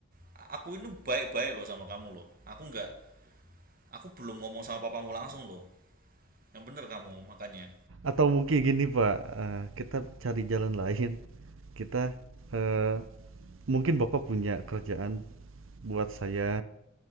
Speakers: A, on the right (about 45°); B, on the right (about 70°).
A: aku ini baik baik loh sama kamu loh aku nggak aku belum ngomong sama papamu langsung loh yang bener kamu makanya
B: atau mungkin gini pak eh, kita cari jalan lain kita eh, mungkin bapak punya kerjaan buat saya